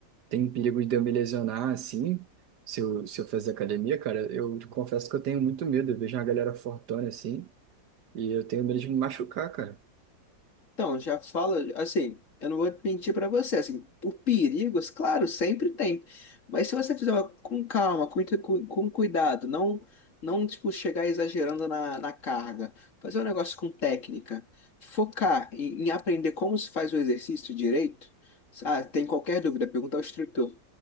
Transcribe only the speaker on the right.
Tem perigo de eu me lesionar, assim, se eu, se eu fazer academia, cara? Eu confesso que eu tenho muito medo. Eu vejo uma galera fortona, assim, e eu tenho medo de me machucar, cara.